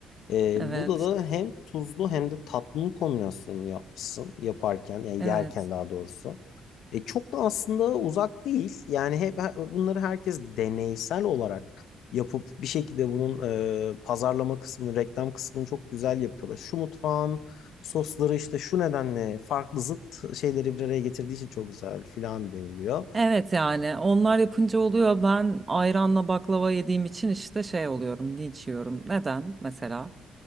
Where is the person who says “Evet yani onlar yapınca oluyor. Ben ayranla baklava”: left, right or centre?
Right